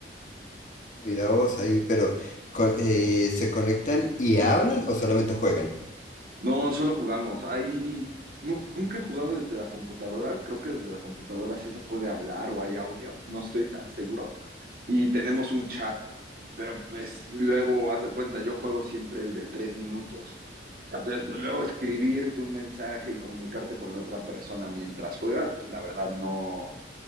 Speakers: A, on the left; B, on the right.
A: mira vos ahí, pero co- eh, ¿se conectan y hablan o solamente juegan?
B: No, solo jugamos. Ahí nu- nunca he jugado desde la computadora. Creo que desde la computadora sí se puede hablar o hay audio, no estoy tan seguro. Y tenemos un chat, pero pues luego, haz de cuenta, yo juego siempre el de tres minutos. Entonces, pues, luego escribirte un mensaje y comunicarte con la otra persona mientras juegas, pues la verdad no